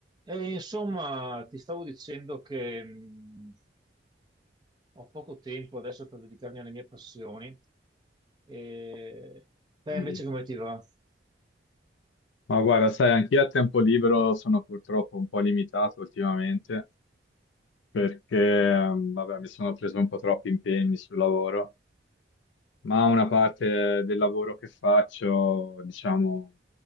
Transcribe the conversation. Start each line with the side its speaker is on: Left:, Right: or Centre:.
Right: E insomma, ti stavo dicendo che mh, ho poco tempo adesso per dedicarmi alle mie passioni. E te
Left: Mm.
Right: invece come ti va?
Left: Ma guarda, sai, anch'io a tempo libero sono purtroppo un po' limitato ultimamente perché, ehm, vabbè, mi sono preso un po' troppi impegni sul lavoro, ma una parte del lavoro che faccio, diciamo,